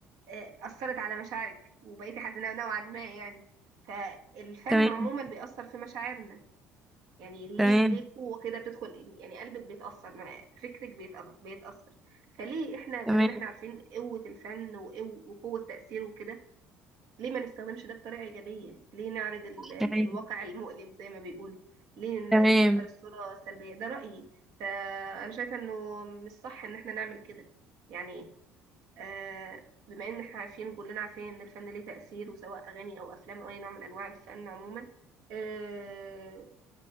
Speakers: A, on the right; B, in the centre.
A: آه، أثرت على مشاعرك وبقيتي حزينة نوعا ما يعني فالفن
B: تمام
A: عموما بيأثر في مشاعرنا يعني ليه
B: تمام
A: ليه قوة كده بتدخل يعني قلبك بيتأثر ما- فكرك بيتأ- بيتأثر فليه احنا ما
B: تمام
A: دام احنا عارفين قوة الفن وقو- وقوة تأثيره وكده ليه ما نستخدمش ده بطريقة إيجابية ليه نعرض ال ال
B: تمام
A: الواقع المؤلم زي ما بيقولوا ليه ن-
B: تمام
A: نصدر الصورة السلبية ده رأيي فأنا شايفة إنه مش صح إن احنا نعمل كده يعني آه بما إن احنا عارفين كلنا عارفين إن الفن ليه تأثير وسواء أغاني أو أفلام أو أي نوع من أنواع الفن عموما آه،